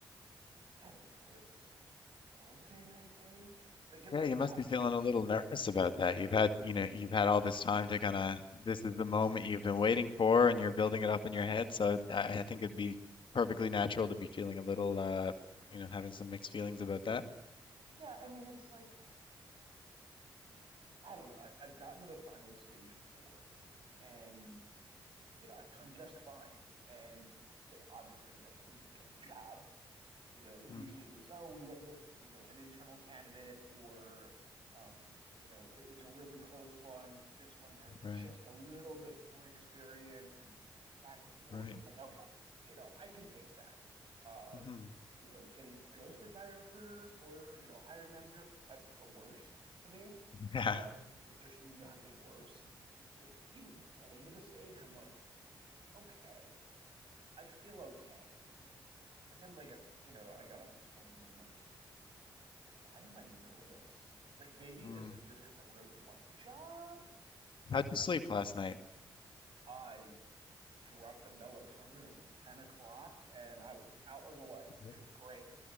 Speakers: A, on the right; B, on the left.
A: I don't know, it's daunting, I think. Like I mean
B: Yeah,
A: I've
B: you
A: gotten
B: must be feeling
A: to this
B: a little nervous about that. You've had, you know, you've had all this time to kind of, this is the moment you've been waiting for and you're building it up in your head. So I I think it'd be perfectly natural to be feeling a little, uh, you know, having some mixed feelings about that.
A: yeah, I mean it's like I don't know. I, I've gotten to the finalist stage before and you know, I've done just fine. And you know, obviously, I mean I didn't get the job, you know, usually
B: Mm,
A: it was, oh, we went with, you know, an internal candidate or, um, you know, it was a really close one, but this one had
B: right,
A: just a little bit more experience and back and forth.
B: right.
A: I'm like, okay, you know, I can take that. Um,
B: hmm
A: you know, getting ghosted by a recruiter or, you know, a hiring manager, that's like the worst to me.
B: Yeah.
A: Um, like there's nothing worse. So like even getting to the stage, I'm like, okay, I feel okay. But then like you know, I got up this morning and I'm like, why am I nervous? Like maybe
B: Mm.
A: this is just because I really want the job.
B: How'd you sleep last night?
A: I dropped the melatonin at 10 o'clock and I was out like a light.
B: Is
A: It was great.